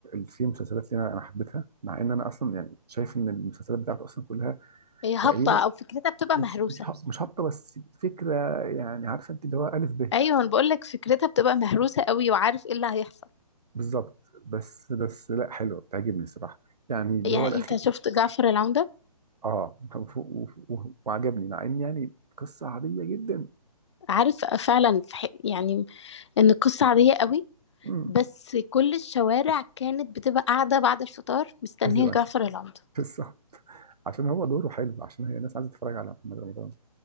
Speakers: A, on the right; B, on the left.
A: في مسلسلات لنا أنا أنا حبيتها مع إن أنا أصلا يعني شايف إن المسلسلات بتاعته أصلا كلها
B: هي هابطة
A: تقريبا
B: أو فكرتها بتبقى
A: مش
B: مهروسة
A: مش هابطة- مش هابطة بس فكرة يعني عارفة أنت اللي هو ألف ب
B: أيوة أنا بقولك فكرتها بتبقى مهروسة قوي وعارف إيه اللي هيحصل
A: بالظبط بس بس لا حلوة بتعجبني الصراحة يعني اللي
B: يعني
A: هو الأخير
B: أنت شفت جعفر العمدة
A: اه كان فوق وف- و- وعجبني مع ان يعني قصه عاديه جدا
B: عارف فعلا في حق- يعني إن القصة عادية قوي
A: امم
B: بس كل الشوارع كانت بتبقى قاعدة بعد الفطار مستنية
A: ايوه
B: جعفر العمدة
A: قصه عشان هو دوره حلو عشان هي الناس عايزه تتفرج على محمد رمضان